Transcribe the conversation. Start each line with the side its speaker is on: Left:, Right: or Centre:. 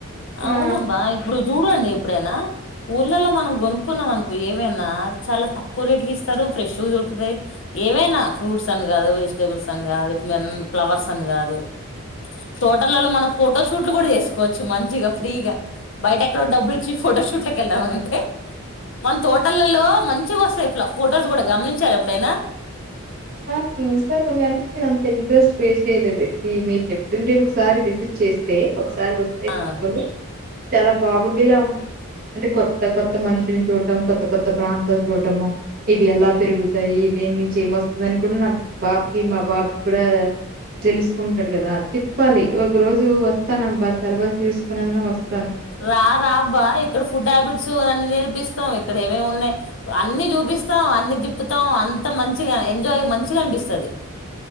Right: ఆ
Left: అవును అబ్బా ఇప్పుడు చూడండి ఎప్పుడైనా ఊర్లలో మనం కొనుక్కున్నాం అనకు ఏమైనా చాలా తక్కువ రేటుకి ఇస్తాడు ఫ్రెష్ దొరుకుతాయి ఏవైనా ఫ్రూట్స్ అని కాదు వెజిటేబుల్స్ అని కాదు మ ఫ్లవర్స్ అని కాదు తోటర్లలో మనం ఫోటో షూట్లు కూడా చేస్తాం కోవచ్చు మంచిగా ఫ్రీగా బయట ఎక్కడో డబ్బులు ఇచ్చి ఫోటోషూట్ లో వెళ్దాం కంటే మ తోటలలో మంచిగా వస్తాయిట్లా ఫొటోస్ కూడా గమనించారు ఎప్పుడైనా
Right: ఆ చూస్తాను కాని నేను అంత ఇంట్రెస్ట్ వే చేయలేదు ఇ మీరు చెప్తుంటే ఒకసారి విజిట్ చేస్తే ఒకసారి వస్తే మీ
Left: ఆ
Right: ఊరు చాలా బాగుండేలా ఉంది అంటే కొత్త కొత్త మనుషుని చూడట కొత్త కొత్త ప్రాంతం చూడటము ఇవి ఎలా పెరుగుతాయి దేన్నించి ఏమ వస్తుంద అని కూడా నా బాబుకి మా బాబుకి కూడా తెలుసుకుంటాడు కదా తిప్పాలి ఒక రోజు వ వస్తాన అబ్బా సెలవులు తీసుకునేన్నా వస్తాను
Left: రా రా అబ్బా ఇక్కడ ఫుడ్ హ్యాబిట్స్ అన్న నేర్పిస్త ఇక్కడ ఏమేమి ఉన్నాయి్ అన్ని చూపిస్తాం అన్ని తిప్పుతాం అంత మంచిగా ఎంజాయ్ మంచిగా పిస్తుది